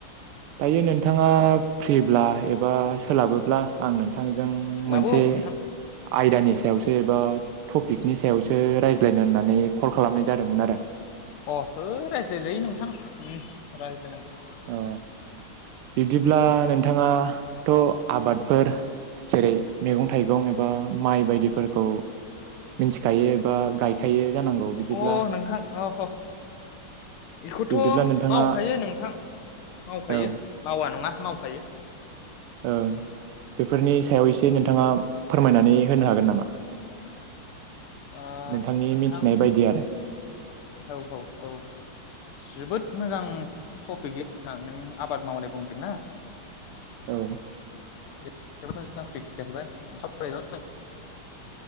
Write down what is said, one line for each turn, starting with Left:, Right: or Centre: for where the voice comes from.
Right: दायो नोंथाङा फ्रिब्ला एबा सोलाबोब्ला आं नों थांजों
Left: सोलाबौ
Right: मोनसे
Left: नोंथां
Right: आयदानि सायावसो एबा टपिकनि सायावसो रायज्लायनो होननानै कल खालामनाय जादोंमोन आरो
Left: अ है रायज्लायजायो नोंथां ओम रायज्लायनांगोन
Right: अ बिदिब्ला नोंथाङाथ' आबादफोर जेरै मैगं थाइगं एबा माइ बायदिफोरखौ मिथिखायो एबा गायखायो जानांगौ बिदिब्ला
Left: अ नोंथां अह बेखौथ'
Right: बिब्दिब्ला नोंथाङा
Left: मावखायो नोंथां मावखायो
Right: औ
Left: मावा नङा मावखायो
Right: ओ बेफोरनि सायाव एसे नोंथाङा फोरमायनानै होनो हागोन नामा
Left: ओ
Right: नोंथांनि
Left: नोंथां
Right: मिथिनाय बायदि आरो
Left: औ औ औ जोबोद मोजां टपिकलै नोंथां नों आबाद मावनाय बुंदोंना
Right: औ
Left: <unintelligible> सावरायनो